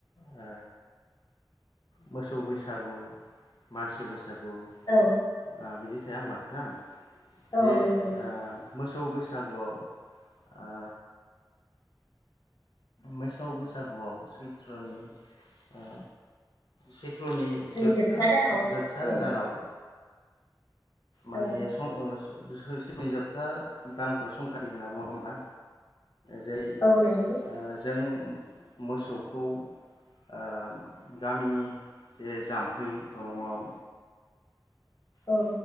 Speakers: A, on the left; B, on the left.
A: ओ मोसौ बैसागु मानसि बैसा सागु
B: औ
A: ओ बिदि थाया होमबा? थां
B: औ
A: जे
B: नंगौ
A: ओ मोसौ सौ बैसागुआव ओ मोसौ बैसागुआव सैत्रनि ओ सैत्रनि जोबथास
B: जोबथा दानाव
A: जोबथा
B: औ
A: दानाव माने
B: औ
A: सं ओ सोरनि जोबथा दानखौनो संखाथि होनना बुङो होमबा? जेरै
B: औ नंगौ
A: ओ जों मोसौखौ ओ गामिनि जे जाम्फै दङआव
B: औ।